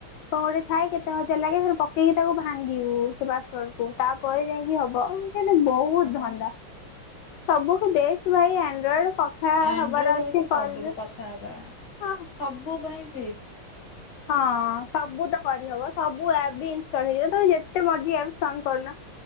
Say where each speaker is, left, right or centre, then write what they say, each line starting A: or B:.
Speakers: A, on the left (about 80°); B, on the left (about 50°).
A: କଣ ଗୋଟେ ଥାଏ, କେତେ ହଜାର ଲାଗେ ଫେର ପକେଇ ତାକୁ ଭାଙ୍ଗିବୁ ସେ ପାସୱାର୍ଡ କୁ ତା ପରେ ଯାଇକି ହବ ଏକେନେ ବ ହୁତ
B: ହଁ
A: ଧନ୍ଦା
B: ବା
A: ସବୁଠୁ ବେଷ୍ଟ ଭାଇ ଆନ୍ଡ୍ରୁଏଡ କଥା
B: ଆନ୍ଡ୍ରୁଏଡ
A: ହବାର ଅଛି
B: ହଉଛି ସବୁଠୁ
A: କଲରେ
B: କଥା ହେବା
A: ହଁ
B: ସବୁ ପାଇଁ ଫିଟ୍।
A: ହଁ ସବୁତ କରିହବ ସବୁ ଆପ୍ ବି ଇଂସ୍ଟଲ ହେଇଯିବ ତମେ ଯେତେ ମର୍ଜି ଆପ ସ୍ଟଲ କରୁନ।